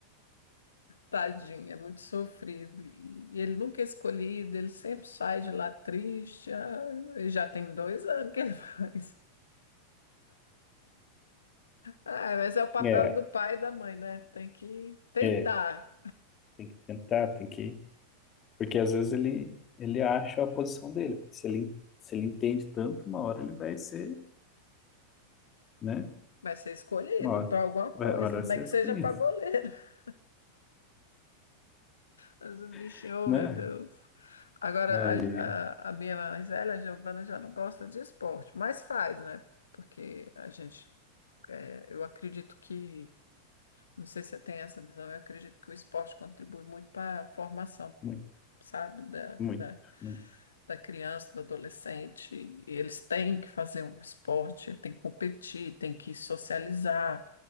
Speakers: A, on the left; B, on the left.
A: Tadinho, é muito sofrido. E e ele nunca é escolhido, ele sempre sai de lá triste. Ah, e já tem dois anos que ele <laughs> faz. Ah, mas é o papel
B: É,
A: do pai e da mãe, né? Tem que tentar.
B: é, tem que tentar, tem que Porque às vezes ele, ele acha a posição dele, porque se ele, se ele entende tanto, uma hora ele vai ser, né?
A: Vai ser escolhido
B: Uma hora,
A: para alguma coisa,
B: vai- uma hora vai
A: nem
B: ser
A: que
B: escolhido,
A: seja para goleiro. <laughs> Mas o bichinho,
B: <laughs> né?
A: oh, meu Deus. Agora,
B: Aí
A: a,
B: é
A: a, a minha mais velha, a Giovana, já não gosta de esporte, mas faz, né? Porque a gente, é, eu acredito que. Não sei se você tem essa visão. Eu acredito que o esporte contribui muito para a formação,
B: muito,
A: sabe, da,
B: muito,
A: da,
B: muito.
A: da criança, do adolescente. E Eles têm que fazer um esporte, têm que competir, têm que socializar,